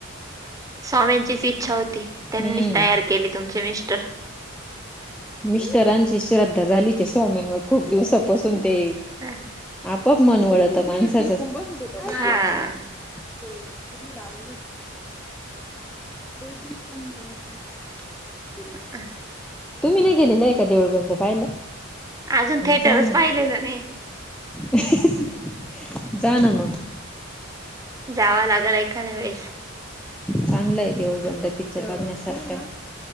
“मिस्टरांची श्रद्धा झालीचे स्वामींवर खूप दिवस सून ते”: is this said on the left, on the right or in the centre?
Centre